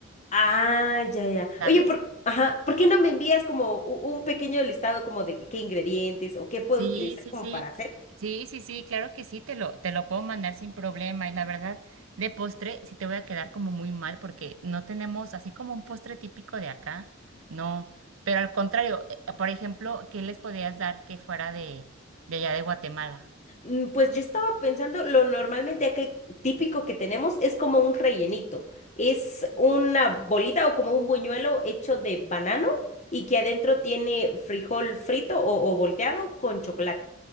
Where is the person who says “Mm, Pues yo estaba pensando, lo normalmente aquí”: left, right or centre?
Left